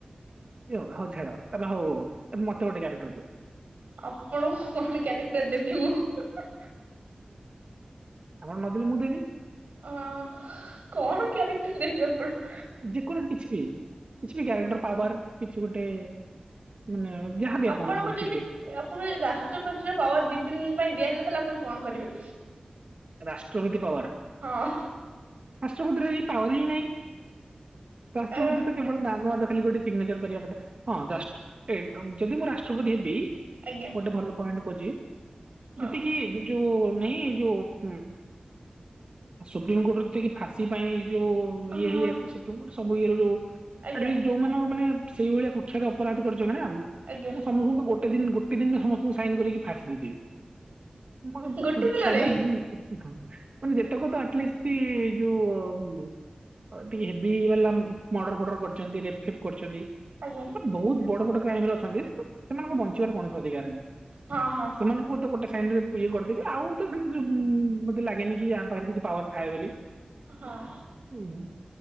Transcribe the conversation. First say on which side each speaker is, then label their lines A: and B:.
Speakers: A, on the right; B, on the right.
A: ବି ଆଉ ହଉ ଛାଡ଼ ତାପ ହଉ ହଉ ହଉ ଏବେ ମତେ ଗୋଟେ କ୍ୟାରେକ୍ଟର୍ ଦିଅ।
B: ଆପଣଙ୍କୁ କଣ କ୍ୟାରେକ୍ଟର୍ ଦେବି ମୁଁ?
A: ଆପଣ ନଦେଲେ ମୁଁ ଦେବି।
B: ଅ କଣ କ୍ୟାରେକ୍ଟର୍ ଦେବି ଆପଣ
A: ଯେକୌଣସି କିଛି ବି କିଛି ବି କ୍ୟାରେକ୍ଟର୍ ପାୱାର୍ କିଛି ଗୋଟେ ମାନେ ଯାହାବି
B: ଆପଣଙ୍କୁ ଯଦି
A: ଠିକ
B: ଆପଣଙ୍କୁ ରାଷ୍ଟ୍ରପତିର ପାୱାର୍ ଦି ତିନି ଦିନ ପାଇଁ ଦିଆହେଲା ତାଲେ ଆ ପଣ କଣ କରିବେ?
A: ରାଷ୍ଟ୍ରପତି ପାୱାର୍
B: ହଁ
A: ରାଷ୍ଟ୍ରପତିର ହି ପାୱାର୍ ହିଁ ନାଇଁ। ରାଷ୍ଟ୍ରପତି
B: ଅ
A: ତ କେବଳ ନାଁକୁ ମାଦ ଖାଲି ଗୋଟେ ସିଗ୍ନେଚର୍ କରିବା କଥା ହଁ ଜଷ୍ଟ୍ ଏ ଯଦି ମୁଁ ରାଷ୍ଟ୍ରପତି ହେବି
B: ଆଜ୍ଞା
A: ଗୋଟେ ଭଲ ପଏଣ୍ଟ୍ ଖୋଜି
B: ହଁ
A: ଯେତିକି ଏବେ ଯୋଉ ନାଇଁ ଯୋଉ ଉଁ ସୁପ୍ରିମକୋର୍ଟରୁ ଯେତିକିି ଫାଶୀ ପାଇଁ ଯୋଉ
B: ହଁ
A: ଇଏ ହେଇଯାଇଥିଲେ ସୁପ୍ରିମକୋର୍ଟ ସବୁ ଇଏର ଯୋଉ
B: ଆଜ୍ଞା
A: ଆଟଲିଷ୍ଟ୍ ଯୋଉମାନଙ୍କ ମାନେ ସେଇ ଭଳିଆ କୁଖ୍ୟାତ ଅପରାଧ କରିଚ ମାନେ ଆଉ ମୁଁ
B: ଆଜ୍ଞା।
A: ସମସ୍ତଙ୍କୁ ତ ଗୋ ଟେ ଦିନ ଗୋଟେ ଦିନରେ ସମସ୍ତଙ୍କୁ ସାଇନ୍ କରିକି ଫାଶୀ ଦେଇଦେବି ମତେ
B: ଗୋଟେ
A: ସୁ
B: ଦିନରେ
A: ସବୁ ଉଁ ମାନେ ଯେତକ ତ ଆଟଲିଷ୍ଟି ଯୋଉ ମୁ ଅ ଟିକେ ହେବି ବାଲା ମଡ଼ର୍ ଫଡ଼ର୍ କରିଚନ୍ତି ରେପ୍ ଫେପ୍ କରିଚନ୍ତି
B: ଆଜ୍ଞା
A: ଏମାନେ ବହୁତ ବଡ଼ ବଡ଼ କ୍ରାଇମରେ ଅଛନ୍ତି ସେମାନଙ୍କୁ
B: ହଁ
A: ବଞ୍ଚିବାର କୌଣସି ଅଧିକାର ନାହିଁ
B: ହଁ ହଁ
A: ସେମାନଙ୍କୁ ତ ଗୋଟେ ସାଇନ୍ ରେ ଇଏ କରିଦେବି ଆଉ ତ ସେମିତି ଉଁ ମତେ ଲାଗେନି କି ୟା ପାଖରେ କିଛି ପାୱାର୍ ଥାଏ ବୋଲି। ନାଁ
B: ହଁ
A: ଉହୁଁ।